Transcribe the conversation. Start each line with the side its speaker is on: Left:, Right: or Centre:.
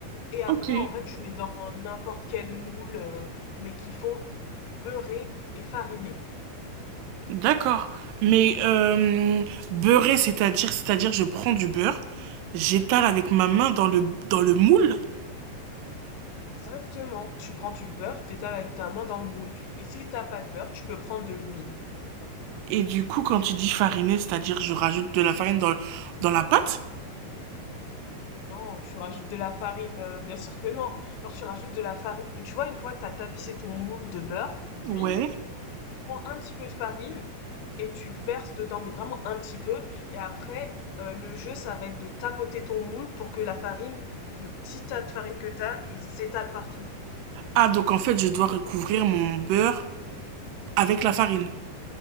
Left: Et après,
Right: ok.
Left: en vrai, tu mets dans n'importe quel moule, euh, mais qu'il faut beurrer et fariner.
Right: D'accord. Mais euh, beurrer, c'est-à-dire, c'est-à-dire, je prends du beurre, j'étale avec ma main dans le dans le moule,
Left: Exactement. Tu prends du beurre, t'étales avec ta main dans le moule. Et si t'as pas de beurre, tu peux prendre de l'huile.
Right: et du coup, quand tu dis fariner, c'est-à-dire, je rajoute de la farine dans le- dans la pâte.
Left: Non, tu rajoutes de la farine, euh, bien sûr que non. Genre, tu rajoutes de la farine. Tu vois, une fois que tu as tapissé ton moule de beurre ou d'huile,
Right: Ouais.
Left: tu prends un petit peu de farine et tu le verses dedans, mais vraiment un petit peu. Et après, euh, le jeu, ça va être de tapoter ton moule pour que la farine, le petit tas de farine que tu as, il s'étale partout.
Right: Ah, donc en fait, je dois recouvrir mon beurre avec la farine.